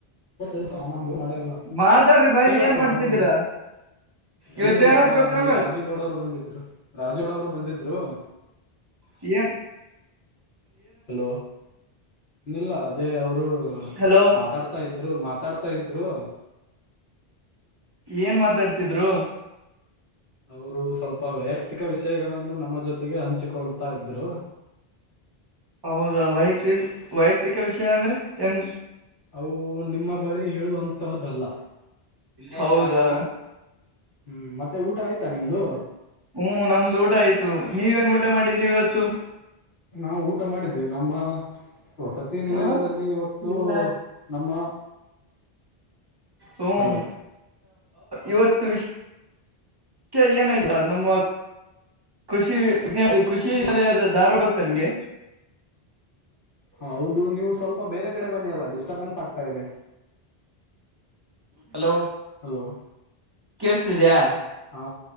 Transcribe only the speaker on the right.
ಮಾತಾಡ್ರಿ ಬಾಯ್
ಏನ್ ಮಾಡ್ತಿದ್ದೀರಾ
ಇವತ್
ಏನತ್ ಗೊತ್ತೇನ್
ಬಾಯ್
ಈ <unintelligible>
ಹಲೋ
ಏನ್ ಮಾತಾಡ್ತಿದ್ರು
ಹೌದಾ ವೈಯಕ್ತಿ ವೈಯಕ್ತಿಕ ವಿಷಯ ಅಂದ್ರೆ ಎನ್
ಹೌದಾ
ಹ್ಮ್ ನಮ್ದು ಊಟ ಆಯ್ತು ನೀವೇನ್ ಊಟ ಮಾಡಿದ್ರಿ ಇವತ್ತು.
ಹ
ಇಲ್ಲ
ಹ್ಮ
ಇವತ್ತು ವಿಷ್ ಯ ಏನಾಯ್ತಾ ನಮ್ಮ ಕೃಷಿ ಕೃಷಿ ವಿದ್ಯಾಲಯದ ಧಾರವಡ ಗೊತ್ತಾ ನನ್ಗೆ
ಹಲೋ
ಕೇಳಸತಿದ್ಯಾ.